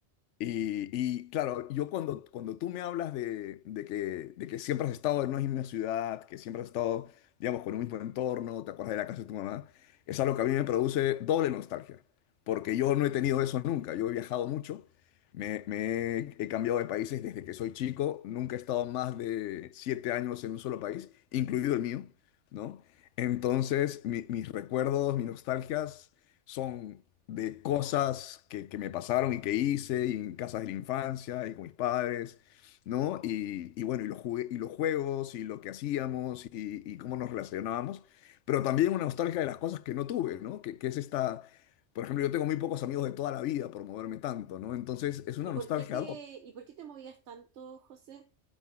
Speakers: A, on the left; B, on the right.
A: y, y, claro, yo cuando, cuando tú me hablas de, de que, de que siempre has estado en una misma ciudad, que siempre has estado, digamos, con un mismo entorno, te acuerdas de la casa de tu mamá, es algo que a mí me produce doble nostalgia, porque yo no he tenido eso nunca, yo he viajado mucho, me, me he, he cambiado de países desde que soy chico, nunca he estado más de siete años en un solo país, incluido el mío, ¿no? Entonces, mi- mis recuerdos, mis nostalgias son de cosas que, que me pasaron y que hice y en casas de la infancia y con mis padres, ¿no? Y, y bueno, y los, jugue- y los juegos y lo que hacíamos y, y cómo nos relacionábamos, pero también una nostalgia de las cosas que no tuve, ¿no? Que, que es esta, por ejemplo, yo tengo muy pocos amigos de toda la vida por moverme tanto, ¿no? Entonces es una
B: ¿Y por
A: nostalgia
B: qué te, y por qué te movías tanto, José?